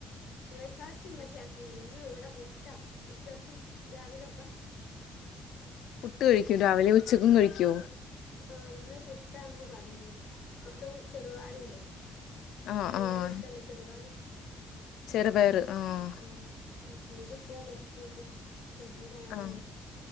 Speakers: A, on the left; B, on the left.
A: ബ്രേക്ക് ഫാസ്റ്റ് മ്മച്ചിയാക്കിണ് ഇന്ന് ഇവിടെ പുട്ട ഉച്ചക്കും രാവിലക്കെ
B: പുട്ട് കഴിക്കും രാവിലെ ഉച്ചക്കും കഴിക്കൊ
A: ആഹ് ന്ന് പുട്ടാന്ന് പർഞ്ഞീനി പുട്ടും ചെറുവയറുല്ലേ
B: ആഹ്
A: നല്ല
B: ആഹ്
A: ടേസ്റ്റ് അല്ലെ ചെറുവയറ്
B: ചെറുപയറ് ആഹ്
A: ഉം മീൻ കിട്ടിയാ പൊരിക്കെയ്ക്കു പിന്നീം തിന്നണ്ടേ
B: ആഹ്